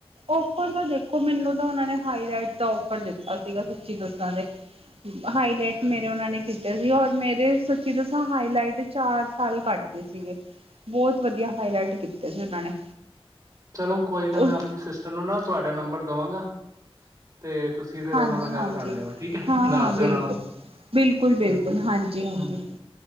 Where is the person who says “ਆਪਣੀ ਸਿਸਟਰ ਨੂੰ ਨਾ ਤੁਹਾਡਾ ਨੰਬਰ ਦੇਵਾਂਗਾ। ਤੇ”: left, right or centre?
Right